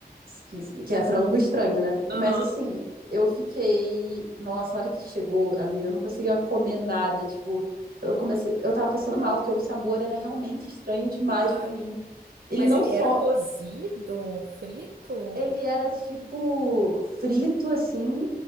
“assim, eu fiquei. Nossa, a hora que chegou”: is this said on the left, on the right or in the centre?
Right